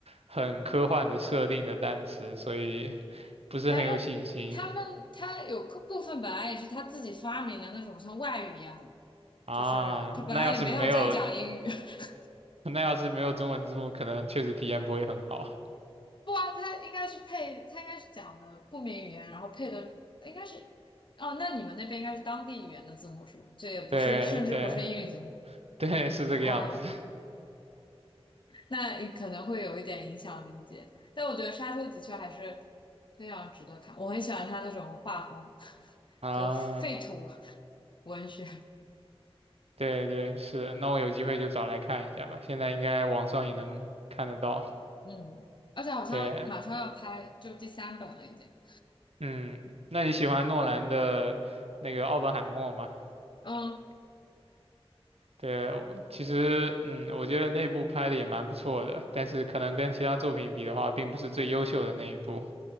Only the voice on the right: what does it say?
很科幻的设定的单词，所以不是很有信心
啊。
那要是没有，
<laughs> 那要是没有中文字幕，可能确实体验不会很好。
对对
对，是这个样子
啊。
对对是，那我有机会就找来看一下吧，现在应该网上也能看得到。
对。
嗯，那你喜欢诺兰的那个《奥本海默》吗？
对，我其实嗯，我觉得那部拍的也蛮不错的，但是可能跟其他作品比的话，并不是最优秀的那一部。